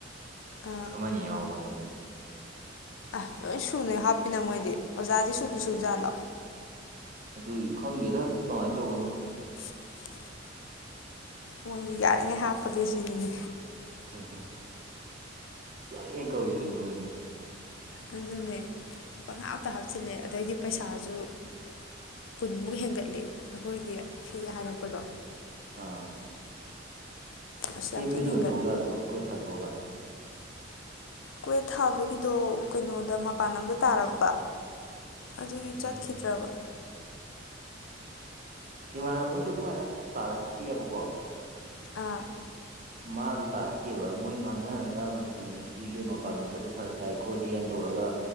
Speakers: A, on the left; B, on the right.
A: ꯑꯥ
B: ꯑꯃꯅꯤ ꯌꯥꯎꯕꯅꯦ ꯑꯗꯨꯝ
A: ꯑꯁ ꯂꯣꯏ ꯁꯨꯅꯦ ꯍꯥꯞꯄꯤꯅ ꯃꯣꯏꯗꯤ ꯑꯣꯖꯥꯗꯤ ꯁꯨꯕꯨ ꯁꯨ ꯖꯥꯠꯂꯣ
B: ꯑꯗꯨꯏ ꯈꯪꯗꯦꯗ ꯀꯃꯥꯏꯅ ꯇꯧꯕꯅꯣ
A: <inaudible> ꯃꯣꯏꯁꯨ ꯌꯥꯔꯤꯉꯩ ꯍꯥꯞꯄꯒꯦ ꯁꯤꯅꯤꯅꯦ
B: ꯎꯝ ꯌꯥꯔꯤꯉꯩ ꯀꯧꯏꯗꯨꯅꯤ ꯃꯣꯏꯁꯨ
A: ꯑꯗꯨꯅꯦ ꯄꯪꯍꯥꯞꯇ ꯍꯥꯞꯆꯤꯜꯂꯦ ꯑꯗꯩꯗꯤ ꯄꯩꯁꯥꯁꯨ ꯀꯨꯟꯃꯨꯛ ꯍꯦꯟꯒꯠꯂꯤ ꯑꯩꯈꯣꯏꯒꯤ ꯐꯤ ꯍꯥꯏꯔꯛꯄꯗꯣ
B: ꯑꯥ
A: ꯑꯁ ꯌꯥꯝ
B: ꯑꯦꯝ
A: ꯊꯤꯅ
B: ꯌꯨꯗ
A: ꯍꯦꯟꯒꯠꯂꯦ
B: ꯑꯣꯏꯅ ꯇꯧ ꯌꯥꯗ꯭ꯔꯣ ꯀ꯭ꯋꯦꯠ ꯊꯥꯗꯣꯛꯑꯒ <inaudible>
A: ꯀ꯭ꯋꯦꯠ ꯊꯥꯕꯒꯤꯗꯣ ꯀꯩꯅꯣꯗ ꯃꯄꯥꯟ ꯂꯝꯗ ꯇꯥꯔꯛꯄ ꯑꯗꯨꯒꯤ
B: ꯎꯝ
A: ꯆꯠꯈꯤꯗ꯭ꯔꯕ
B: ꯏꯃꯥꯟꯅꯕ ꯑꯃꯁꯨ ꯑꯗꯨꯃꯥꯏꯅ ꯇꯥꯔꯛꯈꯤꯌꯦꯕꯀꯣ
A: ꯑꯥ
B: <inaudible> ꯃꯥꯗꯣ ꯇꯥꯔꯛꯈꯤꯌꯦꯕ ꯃꯣꯏ ꯉꯥꯡꯅꯔꯒ ꯃꯅꯤꯄꯨꯔ ꯌꯨꯅꯤꯚꯔꯁꯤꯇꯤꯒꯤ ꯃꯄꯥꯟꯂꯣꯝ ꯆꯠꯄ ꯐꯔꯛ ꯇꯥꯏ ꯈꯣꯠꯂꯤꯅ ꯇꯧꯔꯒ